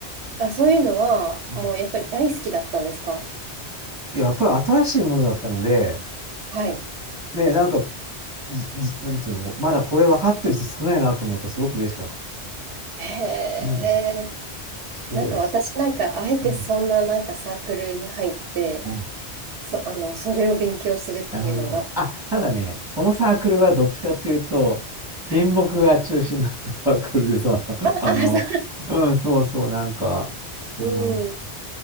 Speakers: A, on the right; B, in the centre.
A: あ、そういうのは、
B: うん
A: もうやっぱり大好きだったんですか
B: やっぱり新しいものだったので、
A: はい。
B: ね、なんか、じ、じ、なんていうの、まだこれ分かってる人少ないなと思うとすごく嬉しかった。
A: へえ。
B: うん、そうです。
A: なんか私なんか、あえてそんななんかサークルに入って、
B: うん。うん
A: そ、あの、それを勉強するっていうのが、
B: なるほど。あ、ただね、そのサークルはどっちかっていうと、
A: はい。
B: 親睦が中心だったサークルでさ、<laughs>
A: あ、
B: あの、
A: あ、そ
B: うん、そうそう、なんか、うん、
A: う、うん。